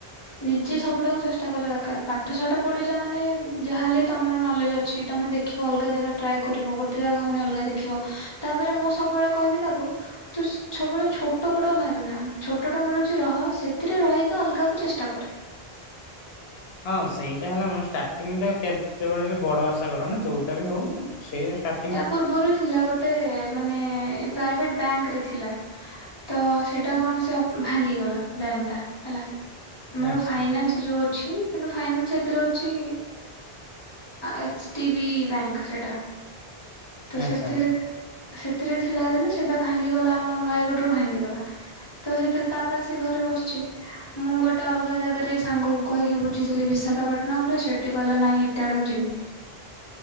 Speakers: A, on the left (about 80°); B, on the left (about 30°).
A: ହ
B: ନିଜେ ସବୁଡାକୁ ଚେଷ୍ଟା କରିବା ଦରକାର ପା ପାଠ ଶାଠ ପଢିଛ ମାନେ ଯାହାହେଲେ ତମର ନଲେଜ ଅଛି ତମେ ଦେଖିବ ଅଲଗା ଜାଗା ଟ୍ରାଏ କରିବ ଗୋଟେ କେତେ ଜାଗା ହଉନି ଅଲଗା ଦେଖିବ ତାପରେ ମୁଁ ସବୁବେଳେ କହିବି ତାକୁ। ତୁ ସବୁବେଳେ ଛୋଟ କୋଉଟା କୁ ଭାବେନା ଛୋଟଟା ମିଳୁଛି ରହ ସେଥିରେ ରହିକି ଅଲଗା କୁ ଚେଷ୍ଟା କରେ।
A: ହଁ ସେଇଟା ହେଲା ମୁଁ ଷ୍ଟାର୍ଟିଂ ରେ କେତେବେଳେ ବି ବଡ ଆଶା କରନି ଯୋଉଟା ବି ହଉ। ସେଇ ଷ୍ଟା
B: ଏହା ପୂର୍ବରୁ ଥିଲା ଗୋଟେ ମାନେ ପ୍ରାଇଭେଟ ବ୍ୟାଙ୍କରେ ଥିଲା। ତ ସେଟା କଣ ସେ ଭାଙ୍ଗିଗଲା ବ୍ୟାଙ୍କ ଟା ହେଲା ଆମର
A: ଆଚ୍ଛା
B: ଫାଇନାନ୍ସ। ଯୋଉ ଅଛି କିନ୍ତୁ ଫାଇନାନ୍ସ ଏଥିରେ ହଉଛି। ଏଚ ଡି ବି ବ୍ୟାଙ୍କ ସେଇଟା। ତ ସେଥିରେ
A: ଆଚ୍ଛା ଆଚ୍ଛା
B: ସେଥିରେ ଥିଲା ଦେଲେ ସେଟା ଭାଙ୍ଗିଗଲା ଆମର ନୟାଗଡ଼ରୁୁ ଭାଙ୍ଗିଗଲା। ତ ସେଥିରେ ତାପରେ ଆସିିକ ଘରେ ବସିଛି। ମୁଁ ଗୋଟେ ଅଲଗା ଜାଗାରେ ସାଙ୍ଗକୁ କହିକି ବୁଝିଥିଲି ବିଶାଖାପଟନମ ରେ ସେଇଠି ଗଲା ନାଇଁ ଏତେ ଆଡେ ମୁଁ ଯିବିନି।
A: ହୁଁ।